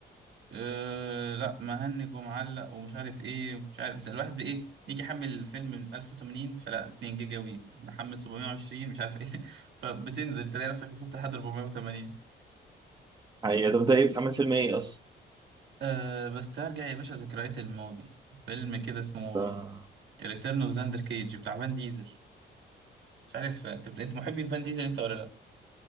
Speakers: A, on the right; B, on the right.
A: أه لا مهنج ومعلق ومش عارف ايه مش عارف زي الواحد بايه يجي يحمل الفيلم من 1080 فلا 2 جيجا وي نحمل 720 مش عارف ايه <laughs> فبتنزل تلاقي نفسك وصلت لحد 480
B: هي ده بدأ ايه بتعمل فيلم ايه اصلا
A: أه بس ترجع يا باشا ذكريات الماضي فيلم كده اسمه
B: ده-
A: ريتيرن اوف زاندر كيج بتاع فان ديزل مش عارف انت انت محبي فان ديزل انت ولا لا